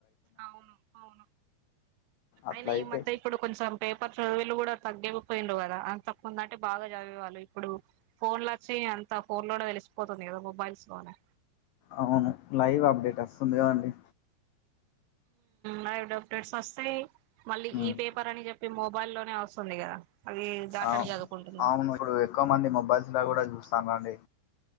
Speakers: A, on the right (about 85°); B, on the left (about 80°).
A: అవును అవును
B: అట్లా
A: అయినా
B: అయితే
A: ఈ మధ్య ఇప్పుడు కొంచెం పేపర్స్ తగ్గపోయిడు కదా అంతకుముంద అంటే బాగా చదివేవాళ్ళు ఇప్పుడు ఫోన్లు వచ్చి అంత ఫోన్ తెలిసిపోతుంది కదా మొబైల్స్ లోనే
B: అవును లైవ్ అప్డేట్ వస్తుంది కాద అండి
A: లైవ్ అప్డేట్స్ వస్తాయి మళ్ళీ
B: ఉమ్
A: ఈ పేపర్ అని చె ప్పి మొబైల్ల్లోనే వస్తుంది కదా అవి దాటడి
B: ఆవు
A: చదువుకుంటున్నారు
B: అవును ఇప్పుడు ఎక్కువ మంది మొబైల్స్ కూడ చూస్తనండి